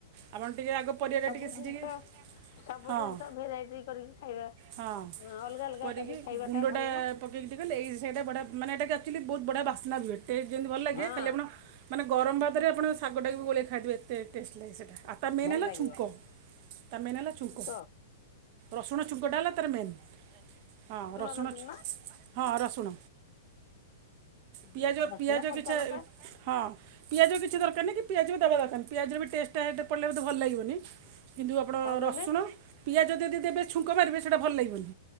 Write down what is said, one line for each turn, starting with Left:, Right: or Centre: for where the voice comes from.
Right: ଆପ ଟିକେ ଆଗ ପରିବା
Left: ସବୁ
Right: ଟା ଟିକେ ସିଯେଇକି
Left: ଜିନିଷ ସବୁ
Right: ହଁ।
Left: ଜିନିଷ ଭେରାଇଟି କରିକି ଖାଇବା
Right: ହଁ
Left: ଅଲଗା ଅଲଗା
Right: କରିକି
Left: ଖାଇବାଟା
Right: ଗୁଣ୍ଡ
Left: ଭଲ
Right: ଟା
Left: ନା।
Right: ପକେଇକି କଲେ ଏଇ ସେଇଟା ବଢିଆ ମାନେ ଏଟା ଆକଚୁଆଲି ବହୁ ବଢିଆ ବାସ୍ନା ଦିଏ, ଏଇ ଯେମିତି ଭଲ ଲାଗେ
Left: ହଁ
Right: ଖାଲି ଆପଣ ମାନେ ଗରମ ଭାତରେ ଆପଣ ଶାଗଟା ବି ଗୋଳାଇ ଖାଇଦେବେ ଏତେ ଟେଷ୍ଟ ଲାଗେ ସେଟା ତା ମେନ୍
Left: ଭଲ
Right: ହେଲା
Left: ଲାଗିବ।
Right: ଛୁଙ୍କ ତା ମେନ୍ ହେଲା ଛୁଙ୍କ
Left: ଶୁଖ
Right: ରସୁଣ ତାର ହେଲା ମେନ୍ ହଁ ରସୁଣ
Left: ଦଉଚନ୍ତି
Right: ଛୁ
Left: ନା?
Right: ହଁ ରସୁଣ
Left: ହୁଁ
Right: ପିଆଜ
Left: ରସୁଣ
Right: ପିଆଜ
Left: କଞ୍ଚା
Right: କିଚେ
Left: ଲଙ୍କା
Right: ହଁ। ପିଆଜ ବି କିଛି ଦରକାର ନାଁ କି ପିଆଜ ବି ଦେବା ଦରକାର ନାହିଁ, ପିଆଜ ବି ରେ ଟେଷ୍ଟଟା ପିଡ଼ିଲେ ବି ଭଲ ଲାଗିବନି। କିନ୍ତୁ ଆପଣ
Left: କଣ କହିଲେ?
Right: ରସୁଣ ପିଆଜ ଯଦି ଦେବେ ଛୁଙ୍କ ମାରିବେ ସେଇଟା ଭଲ ଲାଗିବନି।